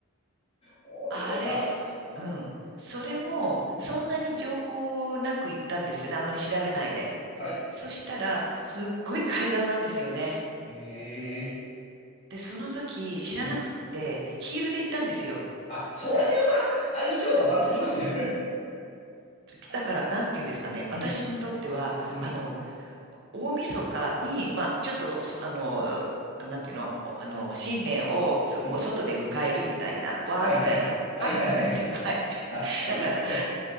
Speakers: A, on the left (about 25°); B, on the right (about 55°).
A: 大晦日。
B: あれ、うん。それも、
A: うん。
B: そんなに情報なく行ったんですよね。あんまり調べないで。
A: はい。
B: そしたら、すっごい階段なんですよね。
A: ええ
B: で、その時知らなくて、
A: うん。
B: ヒールで行ったんですよ。
A: あ、それは相性が悪すぎますね。
B: だから、なんて言うんですかね。
A: <laughs>
B: 私にとっては、
A: うん。うん。
B: あの、大晦日に、まあ、ちょっと、そあの、なんていうの、おあの、新年を、そこ、
A: うん。
B: 外で迎えるみたいな、わーみたいな、
A: はいはいはい。はいはいはいはい。
B: は、<laughs> なんていうか、はい。
A: あ、
B: <laughs>
A: 特に。
B: だから、
A: <laughs>